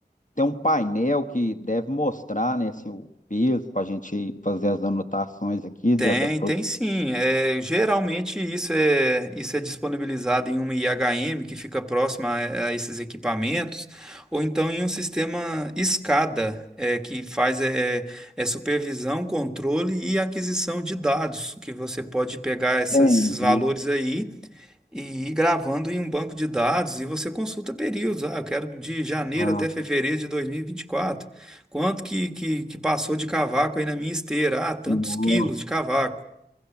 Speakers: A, on the left; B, in the centre.
A: tem um painel que deve mostrar, né, assim, o peso para a gente fazer as anotações aqui
B: Tem,
A: da, da produção.
B: tem sim. É, geralmente isso é, isso é disponibilizado em uma IHM que fica próxima a, a esses equipamentos, ou então em um sistema SCADA, é, que faz é, é supervisão, controle e aquisição de dados, que você pode pegar essas-
A: Entendi.
B: esses valores aí e ir gravando em um banco de dados e você consulta períodos. Ah, eu quero de janeiro
A: Ah,
B: até fevereiro de dois mil e e vinte e quatro Quanto que, que, que passou de cavaco aí na minha esteira? Ah, tantos
A: nossa.
B: quilos de cavaco.